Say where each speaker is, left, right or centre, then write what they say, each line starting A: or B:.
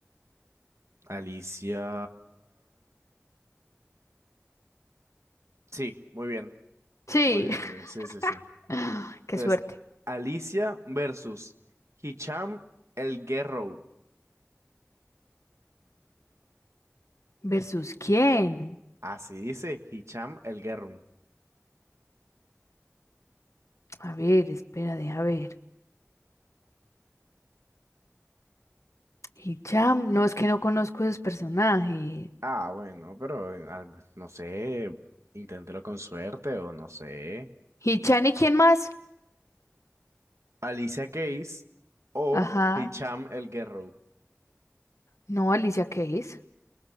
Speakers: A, on the right; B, on the left.
A: Alicia. Sí, muy bien.
B: Sí.
A: Muy bien,
B: <laughs>
A: muy bien. Sí, sí, sí.
B: Ah, Qué
A: Entonces,
B: suerte.
A: Alicia versus Hicham el Guerrero.
B: ¿Versus quién?
A: Así dice Hicham el Guerrero.
B: A ver, espera, deja ver. Hicham. No, es que no conozco esos personajes.
A: Ah, bueno, pero eh, al- no sé. Inténtelo con suerte o no sé.
B: Hichan y quién más?
A: Alicia Keys o
B: Ajá.
A: Hicham el Guerrero.
B: No, Alicia Keys.